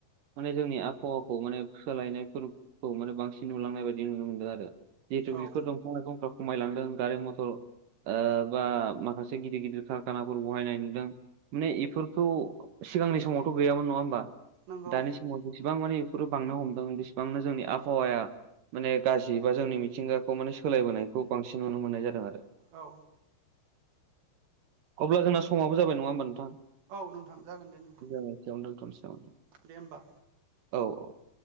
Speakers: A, on the right; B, on the right.
A: माने जोंनि आबहावाखौ माने सोलायनायफोरखौ माने बांसिन नुलांनाय बायदि नुनो मोनदों आरो जिहेतु
B: औ
A: बेफोर दंफां लाइफंफ्रा खमायलांदों गारि मथर ओ बा माखासे गिदिर गिदिर खारखानाफोर बहायनाय नुदों माने बेफोरखौ सिगांनि समावथ' गैयामोन नङा होमबा
B: नंगौ
A: दानि समाव जेसेबां मानि बेफोरो बांनो हमदों बेसेबांनो जोंनि आबहावाया माने गाज्रि बा जोंनि मिथिंगाखौ माने सोलायबोनायखौ बांसिन नुनो मोननाय जादों आरो
B: औ
A: अब्ला जोंना समावबो जाब नङा होमबा नोंथां
B: औ नोंथां जागोन दे नोंथां
A: जागोन बेयावनो दोनथनानै नामा
B: दे होमबा
A: औ औ